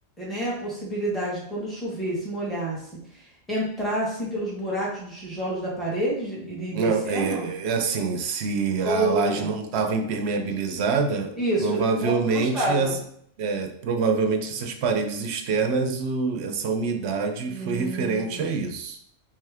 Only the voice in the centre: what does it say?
né, a possibilidade de quando chovesse, molhasse, entrar assim pelos buracos dos tijolos da parede e de ir
descendo?
Ou
isso,
como não estava?
Hum,